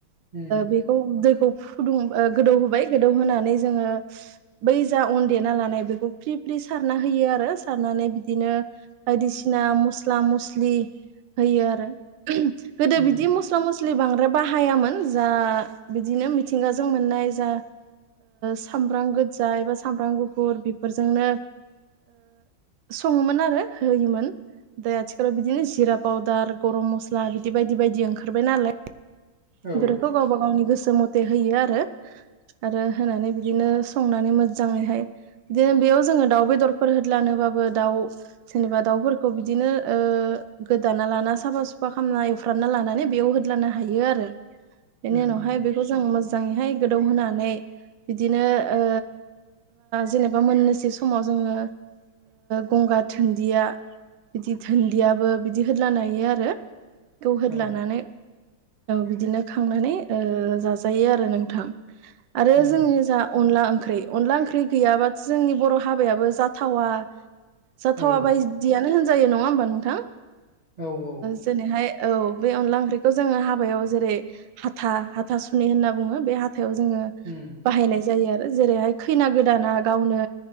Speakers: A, on the right (about 20°); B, on the right (about 75°).
A: उम
B: बे दैखौ फुदुं गोदौ होबाय गोदौ होनोनानै जोङो बै जा अन देना लानाय बेखौ फ्रि फ्रि सारना होयो आरो सारनानै बिदिनो बायदिसिना मस्ला मस्लि होयो आरो गोदो
A: उम
B: बिदि मस्ला मस्लि बांद्राय बाहायामोन जा बिदिनो मिथिंगाजों मोननाय जा सामब्राम गोजा एबा सामब्राम गुफुर फोरजोंनो सङोमोन आरो होयोमोन। ओमफ्राय आथिखालाव बिदिनो जिरा पाउदार गरम मस्ला बिदि बायदि बायदि ओंखारबाय नालाय
A: औ
B: बेफोरखौ गावबा गावनि गोसो मथे होयो आरो। आरो होनानै बिदिनो संनानै मोजाङैहाय बिदिनो बेयाव जोङो दाउ बेदरफोर हो लानोबा जबा दाउफोरखौ बिदिनो गोदाना लाना साफा सुफा खालामना लानानै बेयाव होद्लानो हायो आरो बेनि
A: उम
B: उनावहाय
A: उम
B: बे मो जों मोजाङैहाय गोदौ होनोनानै बिदिनो ओ जेनेबा मोननैसो समाव जोङो गंगार दोनदिया बिदि धोनदियाबो बिदि होदलानो आरो होदलानानै
A: औ
B: बिदिनो खांनानै जाजायो आरो नोंथां। आरो
A: उम
B: जोङो जा अनला ओं ओंख्रि अनला ओंख्रि गैयाबाथ' जोंनि बर' हाबायाबो जाथावा। जाथावा
A: औ
B: बायदियानो होनजायो नङा होमबा नोंथां?
A: औ औ
B: जेनैहाय औ बे अनला ओंख्रिखौ जोङो हाबायाव जेरै हाथा हाथा सुनि होनना बुङो बे हाथा हाथायाव जोङो
A: उम
B: बाहायनाय जायो आरो जेरैहाय खैना गोदाना गावनो